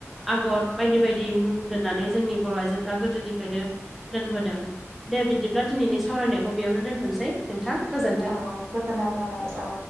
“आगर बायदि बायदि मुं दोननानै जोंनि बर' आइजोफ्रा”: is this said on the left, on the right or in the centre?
Centre